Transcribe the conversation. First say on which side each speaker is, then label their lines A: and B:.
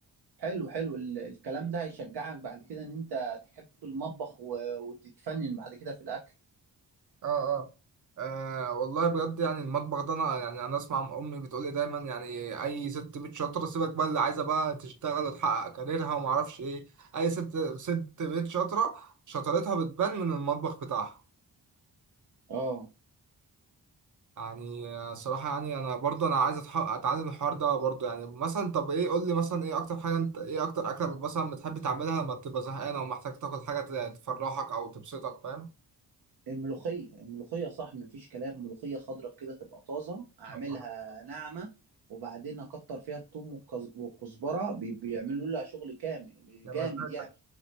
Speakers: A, on the right; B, on the right.
A: حلو حلو ال- الكلام ده هيشجعك بعد كده ان انت تحب المطبخ و- وتتفنن بعد كده في الاكل
B: اه اه آه، والله بجد يعني المطبخ ده انا يعني انا اسمع امي بتقول لي دايما يعني اي ست بيت شاطره سيبك بقى اللي عايزه بقى تشتغل وتحقق كاريرها وما اعرفش ايه اي ست ست بيت شاطره شطارتها بتبان من المطبخ بتاعها
A: اه
B: يعني آه، صراحه يعني انا برضه انا عايز أتح- اتعلم الحوار ده برضه يعني مثلا طب ايه قول لي مثلا ايه اكتر حاجه انت ايه اكتر اكله مثلا بتحب تعملها لما بتبقى زهقان او محتاج تاكل حاجه ت- تفرحك او تبسطك فاهم
A: الملوخية الملوخية صح مفيش كلام ملوخية خضرة كده تبقى طازة أعملها
B: <laughs> آه.
A: ناعمة وبعدين أكتر فيها الثوم والكز- والكزبرة بي- بيعملوا لها شغل كامل
B: يا
A: جامد
B: مزاجك
A: يعني